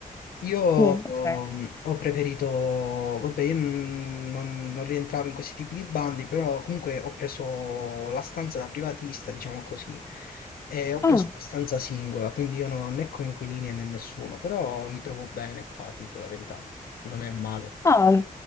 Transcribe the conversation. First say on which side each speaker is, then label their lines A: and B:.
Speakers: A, on the left; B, on the left.
A: Io ho,
B: Sì, ok.
A: ho preferito, vabbè, io non, non- non rientravo in questi tipi di bandi, però comunque ho preso la stanza da privatista, diciamo così, e ho
B: Ah,
A: preso una stanza singola, quindi io non ho né coinquilini né nessuno, però mi trovo bene qua, ti dico la verità, non è male.
B: ah,